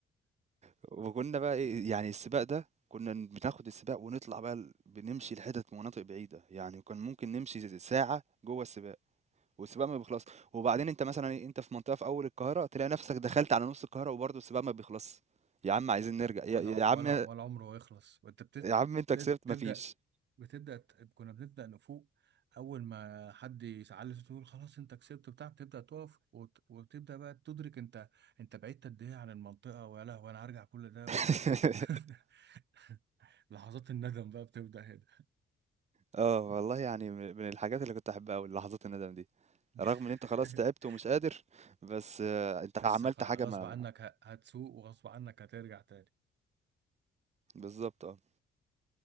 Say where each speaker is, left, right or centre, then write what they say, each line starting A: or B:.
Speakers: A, on the right; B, on the right.
A: وكنا بقى إيه يعني السباق ده كنا بناخد السباق ونطلع بقى ال- بنمشي لحتت مناطق بعيدة يعني كان ممكن نمشي زي- ساعة جوه السباق والسباق ما بيخلص وبعدين انت مثلا إيه، انت في منطقة في اول القاهرة تلاقي نفسك دخلت على نص القاهرة وبرضه السباق ما بيخلص يا عم عايزين نرجع
B: و- ولا
A: يا, يا عم
B: ولا ولا عمره يخلص وانت بتت...
A: يا عم انت
B: بتت...
A: كسبت
B: تبدأ
A: مفيش
B: بتبدا ت- كنا بنبدا نفوق اول ما حد يسعل تقول خلاص انت كسبت بتاع بتبدا تقف وت- وتبدا بقى تدرك انت انت بعدت قد ايه عن المنطقه ويا لهوي انا هرجع كل ده
A: <laughs>
B: و... و... <laughs> لحظات الندم بقى بتبدا هنا
A: اه والله يعني من من الحاجات اللي كنت احبها قوي لحظات الندم دي
B: <laughs>
A: رغم ان انت خلاص تعبت ومش قادر بس آه، انت
B: بس
A: عملت
B: غ-
A: حاجة
B: غصب
A: ما
B: عنك
A: ما-
B: ه- هتسوق وغصب عنك هترجع تاني
A: بالظبط اه